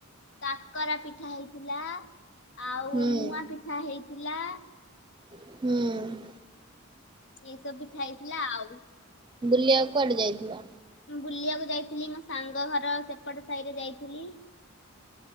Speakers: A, on the left; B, on the right.
A: କାକରା ପିଠା ହେଇଥିଲା ଆଉ
B: ହୁଁ
A: ମୁଆଁ ପିଠା ହେଇଥିଲା।
B: ହୁଁ।
A: ଏସବୁ ପିଠା ହେଇଥିଲା ଆଉ।
B: ବୁଲିବାକୁ କୁଆଡେ ଯାଇଥିଲ?
A: ବୁଲିବାକୁ ଯାଇଥିଲି ମୋ ସାଙ୍ଗ ଘର ସେପଟ ସାହି ରେ ଯାଇଥିଲି